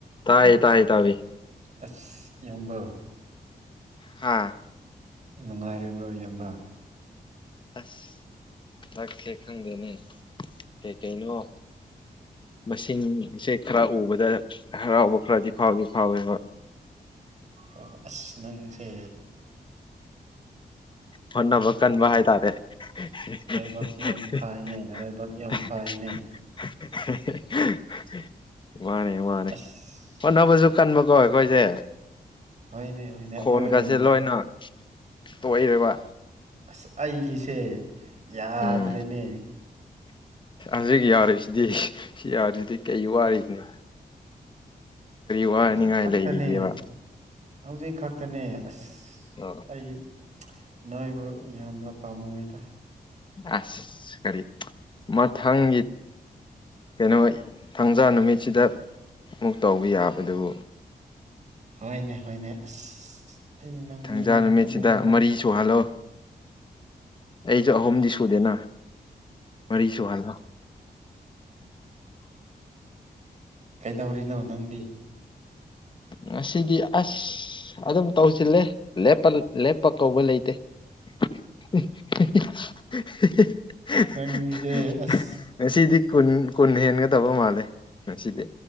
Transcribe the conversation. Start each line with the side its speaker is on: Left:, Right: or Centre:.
Left: ꯇꯥꯏ ꯇꯥꯏ ꯇꯥꯏꯌꯦ
Right: ꯑꯁ ꯏꯌꯥꯝꯕꯧ
Left: ꯍꯥ
Right: ꯅꯨꯡꯉꯥꯏꯔꯤꯕ꯭ꯔꯥ ꯏꯌꯥꯝꯕ
Left: ꯑꯁ ꯍꯟꯗꯛꯁꯦ ꯈꯪꯗꯦꯅꯦ ꯀꯩ ꯀꯩꯅꯣ ꯃꯁꯤꯡꯁꯦ ꯈꯔ ꯎꯕꯗ ꯍꯔꯥꯎꯕ ꯈꯔꯗꯤ ꯐꯥꯎꯗꯤ ꯐꯥꯎꯋꯦꯕ
Right: ꯑꯣ ꯑꯁ ꯅꯪꯁꯦ
Left: ꯍꯣꯠꯅꯕ ꯀꯟꯕ
Right: ꯂꯥꯏ-
Left: ꯍꯥꯏꯇꯥꯔꯦ <unintelligible>
Right: ꯂꯥꯏꯕꯛ ꯌꯥꯝ ꯐꯥꯏꯅꯦ ꯂꯥꯏꯕꯛ ꯌꯥꯝ ꯐꯥꯏꯅꯦ
Left: ꯃꯥꯅꯦ ꯃꯥꯅꯦꯦ
Right: ꯑꯁ
Left: ꯍꯣꯠꯅꯕꯁꯨ ꯀꯟꯕꯀꯣ ꯑꯩꯈꯣꯏꯁꯦ
Right: ꯍꯣꯏꯅꯦ ꯍꯣꯏꯅꯦ
Left: ꯈꯣꯟꯒꯁꯦ
Right: ꯑꯗꯨ ꯑꯣꯏꯔꯝꯒꯅꯤ
Left: ꯂꯣꯏꯅ ꯇꯣꯛꯏꯔꯕ
Right: ꯑꯁ ꯑꯩꯒꯤꯁꯦ ꯌꯥꯗ꯭ꯔꯦꯅꯦ
Left: ꯎꯝ ꯍꯧꯖꯤꯛ ꯌꯥꯔꯤꯁꯤꯗꯤ ꯁꯤ ꯌꯥꯔꯤꯁꯤꯗꯤ ꯀꯩ ꯋꯥꯔꯤꯅꯤ ꯋꯥꯅꯤꯡꯉꯥꯏ
Right: ꯍꯧꯖꯤꯛ ꯈꯛꯇꯅꯦ
Left: ꯂꯩꯔꯤꯒꯦꯕ
Right: ꯍꯧꯖꯤꯛ ꯈꯛꯇꯅꯦ ꯑꯁ
Left: ꯑꯣ
Right: ꯑꯩ ꯅꯣꯏꯕꯨ ꯌꯥꯝꯅ ꯄꯥꯝꯃꯨꯦꯗ
Left: ꯑꯁ ꯀꯔꯤ ꯃꯊꯪꯒꯤ ꯀꯩꯅꯣ ꯊꯥꯡꯖꯥ ꯅꯨꯃꯤꯠꯁꯤꯗ ꯑꯃꯨꯛ ꯇꯧꯕ ꯌꯥꯕ ꯗꯨꯕꯨ
Right: ꯍꯣꯏꯅꯦ ꯍꯣꯏꯅꯦ ꯑꯁ ꯐꯩ ꯅꯪꯕꯨ
Left: ꯊꯥꯡꯖꯥ
Right: ꯌꯥꯝ
Left: ꯅꯨꯃꯤꯠꯁꯤꯗ
Right: ꯄꯥꯝꯃꯨꯣꯏꯗ
Left: ꯃꯔꯤ ꯁꯨꯍꯜꯂꯣ ꯑꯩꯁꯨ ꯑꯍꯨꯝꯗꯤ ꯁꯨꯗꯦꯅ ꯃꯔꯤ ꯁꯨꯍꯜꯂꯣ
Right: ꯀꯩꯗꯧꯔꯤꯅꯣ ꯅꯪꯗꯤ
Left: ꯉꯥꯁꯤꯗꯤ ꯑꯁ ꯑꯗꯨꯝ ꯇꯧꯁꯤꯜꯂꯦꯞꯄ ꯂꯦꯞꯄ ꯀꯧꯕ ꯂꯩꯇꯦ <unintelligible>
Right: ꯅꯪꯒꯤꯁꯦ ꯑꯁ
Left: ꯉꯁꯤꯗꯤ ꯀꯨꯟ ꯀꯨꯟ ꯍꯦꯟꯒꯗꯕ ꯃꯥꯜꯂꯦ ꯉꯁꯤꯗꯤ